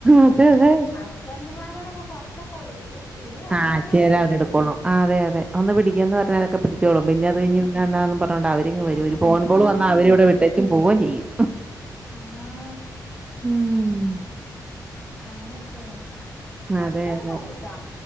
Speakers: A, on the right (about 15°); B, on the left (about 25°).
A: അതെ അതെ
B: ഹസ്ബൻഡുമാരോടൊക്കെ കെറ്ച്ചൊക്കെ ഒല്ട്ക്കും. കും പിന്നെ. ഞമ്മളന്നെ
A: ആഹ് ചെലാൾട്ക്കെള്ളു
B: എടുക്കേണ്ടി വരും
A: അതെ അതെ ഒന്ന് പിടിക്കാന്ന് പറഞ്ഞാലൊക്കെ പിടിച്ചോളും പിന്നെ
B: ആഹ്
A: അത് കയിഞ്. എന്നാന്ന് പറഞ്ഞോണ്ട് അവരിങ്ങ് വരും
B: അപ്പതാ
A: ഒരു ഫോൺ
B: പിന്നെ
A: കോൾ വന്നാ
B: കൊറച്ച്
A: അവരി
B: ഇങ്ങട്ട്
A: വ്ടെ വിട്ടേച്ചു
B: തരും
A: പോവേം ചെയ്യും.
B: ഉം
A: ഉം.
B: അങ്ങനെയൊക്കെയാണ് കൊറ്ച്ചേരം
A: അതെ അതെ
B: നോക്കൂട്ടാ.